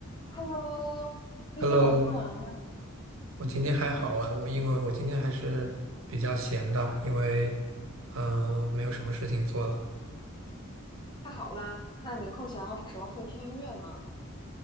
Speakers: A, on the left; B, on the right.
A: Hello，最近忙不忙啊？
B: Hello，我今天还好啊，我因为我今天还是比较闲的，因为呃没有什么事情做了。
A: 太好啦，那你空闲的时候会听音乐吗？